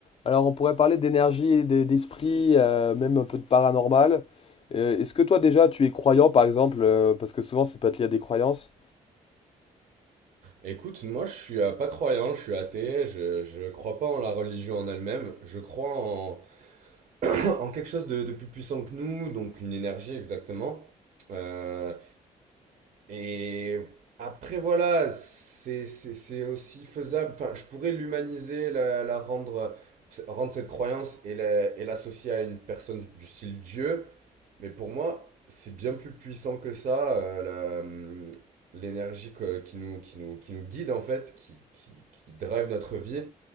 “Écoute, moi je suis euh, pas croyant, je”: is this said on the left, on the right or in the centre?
Right